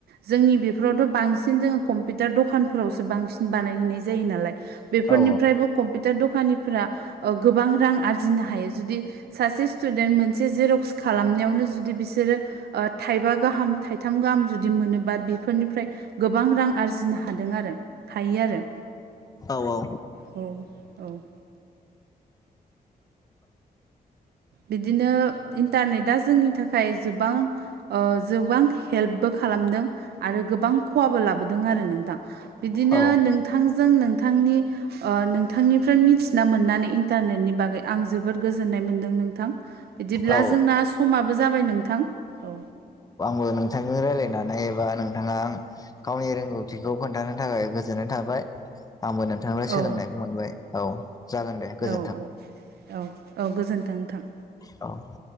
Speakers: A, on the right; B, on the left.
A: जोंनि बेफोरावथ' बांसिन जोङो कम्पिउटार दखानफोरावसो बांसिन बानायहैनाय जायो नालाय बेफोरनिफ्रायबो
B: औ
A: कम्पिउटार दखानिफ्रा ओ गोबां रां आरजिनो हायो जुदि सासे स्टुडेन्ट मोनसे जेर'क्स खालामनायावनो जुदि बिसोरो ओ थाइबा गाहाम थाइथाम गाहाम जुदि मोनोबा बेफोरनिफ्राय गोबां रां आरजिनो हादों आरो हायो आरो
B: औ औ
A: औ औ बिदिनो इन्टारनेटआ जोंनि थाखाय जोबां ओ जोबां हेल्पबो खालामदों आरो गोबां खहाबो लाबोदों आरो नोंथां बिदिनो
B: औ
A: नोंथांजों नोंथांनि ओ नोंथांनिफ्राय मिथिना मोननानै इन्टारनेटनि बागै आं जोबोद गोजोननाय मोनदों नों थां बिदिब्ला
B: औ
A: जोंना समाबो जाबाय नोंथां औ
B: बो नोंथांजों रायलायनानै एबा नोंथाङा गावनि रोंगौथिखौ खोन्थानो थाखाय गोजोननाय थाबाय आंबो नों थांफ्राय
A: औ
B: सोलोंनायखौ मोनबाय औ जागोन दे गोजोन्थों
A: औ औ औ औ गोजोन्थों नोंथां
B: औ